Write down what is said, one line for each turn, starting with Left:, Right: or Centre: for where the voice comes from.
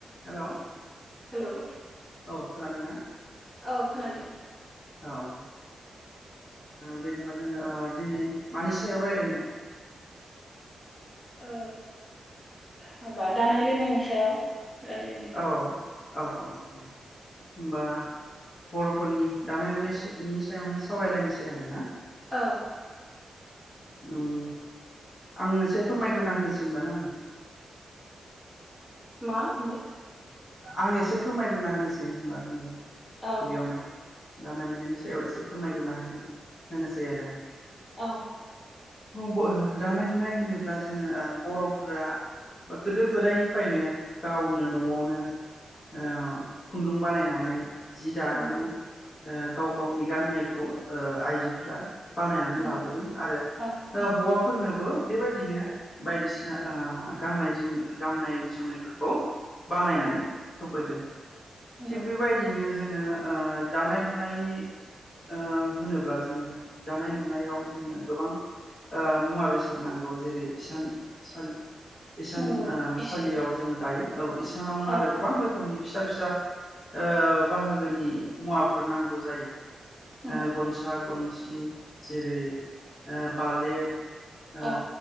Left: Hello.
Centre: Hello.
Left: खोनादों ना?
Centre: औ खोनादों।
Left: औ ओ दे होमबा जोङो दिनै मानि सायाव रायलायनो?
Centre: ओ माबा दानाय लोंनायनि सायाव। रायलायनो
Left: औ औ औ औ दे। होमबा बर'फोरनि दानाय लुनायनि सायावनो सावरायलायनोसै आरो ना?
Centre: औ
Left: उम आं एसे फोरमायग्रोना होनोसै होनबा ना नोंथां।
Centre: मा होनो।
Left: आं एसे फोरमायग्रोना होनोसै होनबा होनदो।
Centre: औ
Left: गिबियावनो दानाय लुनायनि सायाव एसे फोरमायग्रोना होनो होनोसै आरो आं।
Centre: औ
Left: दानाय लुनाय होनोब्ला जोङो ओ बर'फोरा बा गोदो गोदायनिफ्रायनो गावनो न'आवनो ओ खुन्दुं बानायनानै जि दानानै,
Centre: नंगौ
Left: ओ गाव गावनि गाननायखौ ओ आइजोफोरा बानायनानै
Centre: नंगौ
Left: लाबोदों आरो
Centre: औ नंगौ
Left: हौवाफोरनोबो बेबायदिनो बायदिसिना ओ गाननाय जोम गाननाय जोमनायफोरखौ बानायनानै होबोदों।
Centre: नंगौ
Left: थिग बेबायदिनो जोङो ओ दानाय लुनायनि ओ होनोब्ला जोङो दानाय लुनायाव जोंनो गोबां ओ मुवा बेसाद नांगौ जेरै इसान सालि इसान
Centre: नंगौ
Left: ओ
Centre: इसान
Left: सालियाव जोङो दायो। औ इसा सानावनो
Centre: औ
Left: आरो रोखोमनि फिसा फिसा ओ बाहागोनि मुवाफोर नांगौ जायो। ओ
Centre: नंगौ
Left: गनसा गनसि दि जेरै ओ बालेब ओ
Centre: औ